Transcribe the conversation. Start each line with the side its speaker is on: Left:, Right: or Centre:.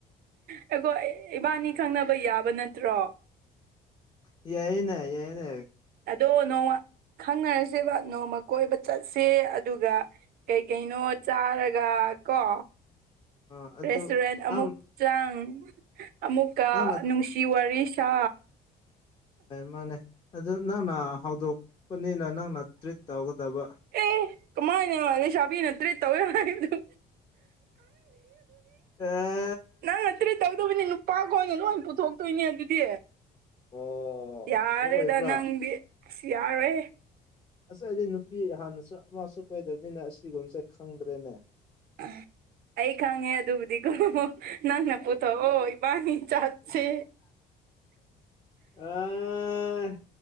Right: ꯑꯩꯈꯣ ꯏꯕꯥꯅꯤ ꯈꯪꯅꯕ ꯌꯥꯕ ꯅꯠꯇ꯭ꯔꯣ꯫
Left: ꯌꯥꯏꯅ ꯌꯥꯏꯅ꯫
Right: ꯑꯗꯣ ꯅꯣꯡꯃ ꯈꯪꯅꯔꯁꯦꯕ ꯅꯣꯡꯃ ꯀꯣꯏꯕ ꯆꯠꯁꯦ ꯑꯗꯨꯒ ꯀꯩꯀꯩꯅꯣ ꯆꯥꯔꯒ ꯀꯣ
Left: ꯑꯥ ꯑꯗꯨ
Right: ꯔꯦꯁꯇꯨꯔꯦꯟ ꯑꯃꯨꯛ
Left: ꯅꯪ
Right: ꯆꯪ ꯑꯃꯨꯛꯀ
Left: ꯅꯪꯅ
Right: ꯅꯨꯡꯁꯤ ꯋꯥꯔꯤ ꯁꯥ
Left: ꯃꯥꯅꯦ ꯑꯗꯨ ꯅꯪꯅ ꯍꯧꯗꯣꯛꯄꯅꯤꯅ ꯅꯪꯅ ꯇ꯭ꯔꯤꯠ ꯇꯧꯒꯗꯕ꯫
Right: ꯑꯦ ꯀꯃꯥꯏꯅ ꯂꯩꯁꯥꯕꯤꯅꯇ꯭ꯔꯤꯠ ꯇꯧꯋꯦ ꯍꯥꯏꯕ꯭ꯔꯗ
Left: ꯑꯥ
Right: ꯅꯪꯅ ꯇ꯭ꯔꯤꯠ ꯇꯧꯗꯕꯅꯦ ꯅꯨꯄꯥꯈ ꯈꯣꯏꯅ ꯂꯣꯏ ꯄꯨꯊꯣꯛꯇꯣꯏꯅꯦ ꯑꯗꯨꯗꯤ
Left: ꯑꯣ
Right: ꯌꯥꯔꯦꯗ
Left: ꯑꯗꯨ ꯑꯣꯏꯕ꯭ꯔꯥ
Right: ꯅꯪꯗꯤ ꯑꯁ ꯌꯥꯔꯣꯏꯍꯦ꯫
Left: ꯑꯁ ꯑꯩꯗꯤ ꯅꯨꯄꯤ ꯍꯥꯟꯅꯁꯨ ꯑꯃꯁꯨ ꯀꯣꯏꯗꯕꯅꯤꯅ ꯑꯁꯤꯒꯨꯝꯕꯁꯦ ꯈꯪꯗ꯭ꯔꯦꯅꯦ
Right: ꯎꯝ ꯑꯩ ꯈꯪꯉꯦ ꯑꯗꯨꯕꯨꯗꯤ ꯀꯣ ꯅꯪꯅ ꯄꯨꯊꯣꯛꯑꯣ ꯏꯕꯥꯅꯤ ꯆꯥꯠꯁꯦ꯫
Left: ꯑꯥ